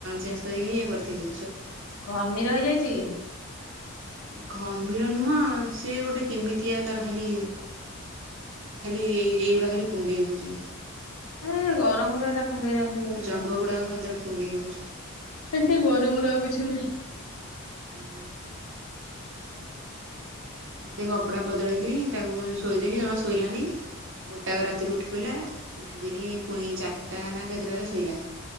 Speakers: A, on the right (about 55°); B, on the left (about 80°).
A: ଚେଞ୍ଜ କରିକିନି ଇଏ କରିିଥିଲି।
B: ଘମିର ହେଇଯାଇଛି।
A: ଘମିର ନୁହଁ ସେ ଗୋଟେ କେମିତିଆ ତାର ଖାଲି ଖାଲି ଏଇ ଏଇଗୁଡ଼ା ଖାଲି କୁଣ୍ଡେଇ ହଉଛି।
B: ଆରେ ଗରମ ରୁ ଏଇଟା କୁଣ୍ଡେଇ ରାମ୍ପି ହଉଥିବ,
A: ଜଙ୍ଘ ଗୁଡ଼ାକ ଖାଲି ତାର କୁଣ୍ଡେଇ ହେଉଛି
B: ଏ ସେଇ ଗରମରୁ ଆଉ କିଛି ନୁହେଁ।
A: ହୁଁ। ସେ କପଡ଼ା ବଦଳେଇକିରି, ତାକୁ ପୁଣି ଶୋଇଦେନି, ଜମା ଶୋଇଲାନି ଗୋଟାକ ରାତିରୁ ଉଠି ପଇିଲା, ଉଠିକିନି ପୁଣି ଚାରିଟା ନା କେତେଟାରେ ଶୋଇଲା।